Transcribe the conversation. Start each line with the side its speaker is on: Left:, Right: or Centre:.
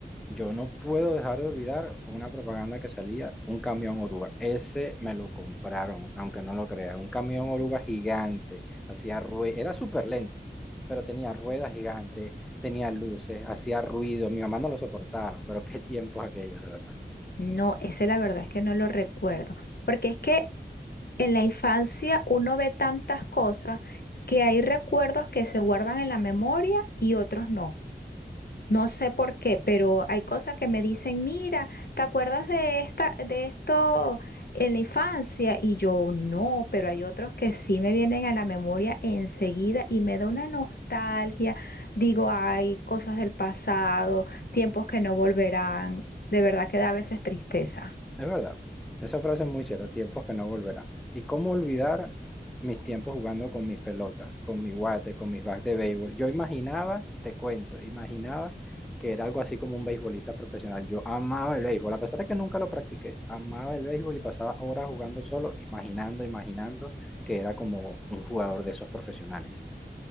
Centre: Yo no puedo dejar de olvidar una propaganda que salía, un camión oruga. Ese me lo compraron, aunque no lo creas. Un camión oruga gigante, hacía ruido, era súper lento, pero tenía ruedas gigantes, tenía luces, hacía ruido. Mi mamá no lo soportaba, pero qué tiempos aquellos, de verdad.
Left: No, ese la verdad es que no lo recuerdo, porque es que en la infancia uno ve tantas cosas que hay recuerdos que se guardan en la memoria y otros no. No sé por qué, pero hay cosas que me dicen, mira, ¿te acuerdas de esta, de esto en la infancia? Y yo no, pero hay otros que sí me vienen a la memoria enseguida y me da una nostalgia. Digo, hay cosas del pasado, tiempos que no volverán. De verdad que da a veces tristeza.
Centre: Es verdad, esa frase es muy cierta, tiempos que no volverán. ¿Y cómo olvidar mis tiempos jugando con mis pelotas, con mi guate, con mis bats de béisbol? Yo imaginaba, te cuento, imaginaba que era algo así como un beisbolista profesional. Yo amaba el béisbol, a pesar de que nunca lo practiqué, amaba el béisbol y pasaba horas jugando solo, imaginando, imaginando que era como un jugador de esos profesionales.